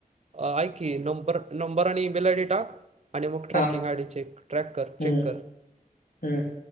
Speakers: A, on the right; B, on the left.
A: आईक की नंबर नंबर आणि ई मेल आय डी टाक. आणि मग ट्रॅकिंग
B: हा
A: गाडी चेक ट्रॅक कर, चेक
B: हम्म
A: कर.
B: हम्म